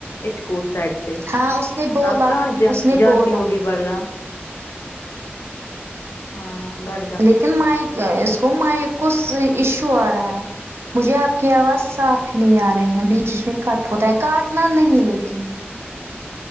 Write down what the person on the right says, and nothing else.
ہاں اس نے بولا
اس نے
بولا
لیکن مائک اس کو مائک کچھ ایشو آ رہا ہے مجھے آپ کی آواز صاف پھی نہیں آ رہے ہیں بیچ بیچ میں کٹ ہوتا ہے کاٹنا نہیں لیکن